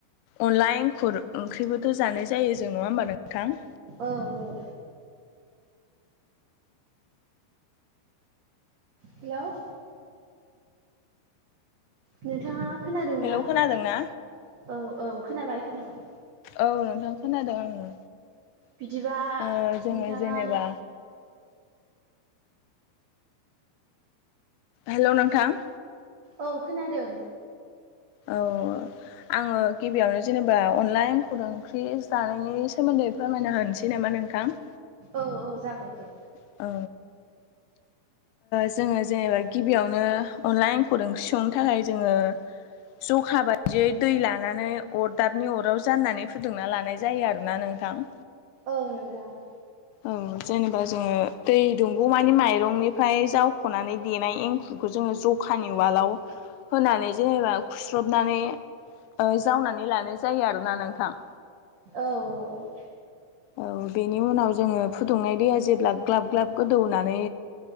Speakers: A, on the left; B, on the right.
A: अनला एंखुर ओंख्रिबोथ' जानाय जायो जों नङा होमबा नोंथां?
B: औ औ हेल' नोंथाङा खोनादोंना
A: हेल'
B: औ
A: खोनादोंना
B: औ खोनाबाय खोनाबाय।
A: औ नोंथां खोनादों आङो।
B: बिदिबा
A: ओ जोङो
B: नोंथाङानो।
A: जेनेबा हेल' नोंथां।
B: औ खोनादों।
A: औ आङो गिबियावनो जेनेबा अनला एंखुर ओंख्रि जानायनि सोमोन्दै फोरमायनो होनसै नामा? नोंथां
B: औ औ जागोन दे।
A: औ जोङो जेनेबा गिबियावनो अनला एंखुर ओंख्रि संनो थाखाय जोङो। जखा बायदियै दै लानानै अरदाबनि अराव जाननानै फुदुंना लानाय जायो आरोना नों। नोंथां
B: औ नोंथां।
A: औ जेनेबा जोङो दै दुंगौ मानि माइरंनिफ्राय जावख'नानै देनाय एंखुर बेखौ जोङो जखानि उवालाव होनानै जेनेबा खुस्रबनानै। जावनानै लानाय जायो आरोना नोंथां।
B: औ औ
A: औ बेनि उनाव जोङो फुदुंनाय दैया जेब्ला ग्लाब ग्लाब गोदौनानै।